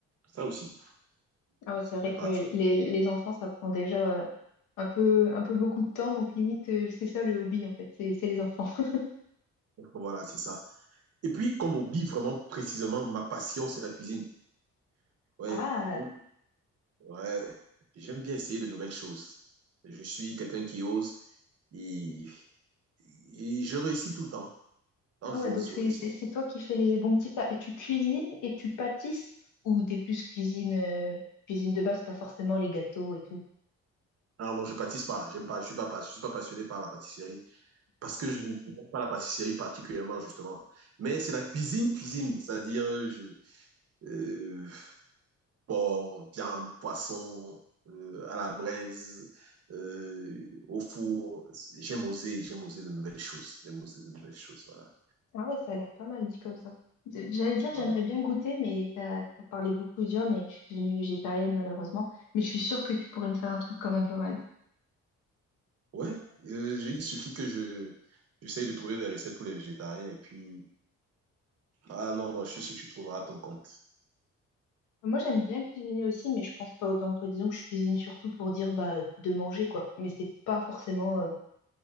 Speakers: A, on the right; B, on the left.
A: ça aussi,
B: Ah ouais,
A: ça
B: c'est vrai
A: fait
B: que
A: partie.
B: les, les enfants, ça prend déjà euh, un peu, un peu beaucoup de temps, donc limite, euh, c'est ça le hobby en fait, c'est c'est les enfants. <laughs>
A: Donc, Voilà, c'est ça. Et puis, comme hobby, vraiment précisément, ma passion, c'est la cuisine. Ouais,
B: Ah,
A: j'aime- ouais, j'aime bien essayer de nouvelles choses. Je suis quelqu'un qui ose et, et je réussis tout le temps. Quand
B: ah
A: j'ose,
B: ouais, donc
A: je
B: c'est
A: réussis.
B: c'est- c'est toi qui fais les bons petits plats. Et tu cuisines et tu pâtisses, ou t'es plus cuisine, euh, cuisine de base, pas forcément les gâteaux et tout?
A: Alors non, je pâtisse pas, j'aime pas, je suis pas, pas- je suis pas passionné par la pâtisserie. Parce que je ne connais pas la pâtisserie particulièrement, justement. Mais c'est la cuisine, cuisine. C'est-à-dire, je, euh, porc, viande, poisson, euh, à la braise, euh, au four. J'aime oser, j'aime oser de nouvelles choses. J'aime oser de nouvelles choses, voilà.
B: Ah ouais, ça a l'air pas mal dit comme ça. D- J'allais dire,
A: Voilà.
B: j'aimerais bien goûter, mais t'as t'as parlé beaucoup de viande et je suis devenue végétarienne malheureusement. Mais je suis sûre que tu pourrais me faire un truc quand même pas mal.
A: Ouais, euh, je- il suffit que je, j'essaye de trouver des recettes pour les végétariens et puis, ah non, non, je suis sûr que tu trouveras ton compte.
B: Moi, j'aime bien cuisiner aussi, mais je pense pas autant que toi. Disons que je cuisine surtout pour dire bah, de manger, quoi. Mais c'est pas forcément euh,